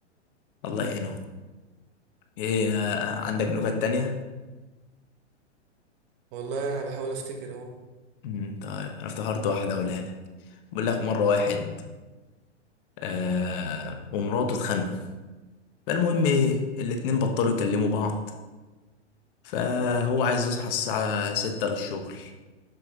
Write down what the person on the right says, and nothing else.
والله انا بحاول افتكر اهو